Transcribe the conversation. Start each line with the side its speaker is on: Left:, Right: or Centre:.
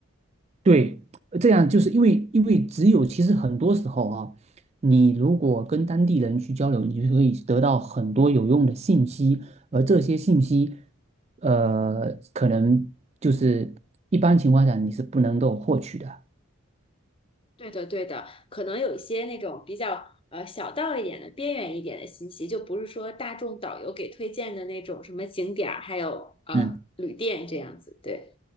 Right: 对，呃这样就是因为因为只有其实很多时候啊，你如果跟当地人去交流，你就可以得到很多有用的信息，而这些信息，呃，可能就是一般情况下你是不能够获取的。
Left: 对的，对的，可能有一些那种比较呃小道一点的、边缘一点的信息，就不是说大众导游给推荐的那种什么景点儿，还有呃旅店这样子。
Right: 嗯，
Left: 对，